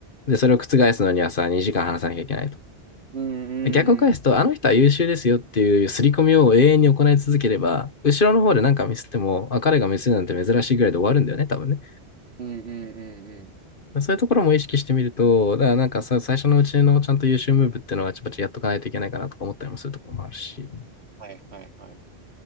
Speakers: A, on the left; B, on the right.
A: で、それを覆すのにはさ、2時間話さなきゃいけないと。
B: うん、う
A: 逆を返すと、
B: ん、うん、
A: あの人は優秀ですよっていう刷り込みを永遠に行い続ければ、後ろの方で何かミスっても、
B: うん、
A: あ、彼がミスるなんて珍しいぐらいで終わるんだよね、多分ね。
B: うん、うん、うんうん。
A: そういうところも意識してみると、だからなんかさ、最初のうちのちゃんと優秀ムーブっていうのはちょっとやっとかないといけないかなとか思ったりもするところもあるし。だ
B: はい、はい、はい。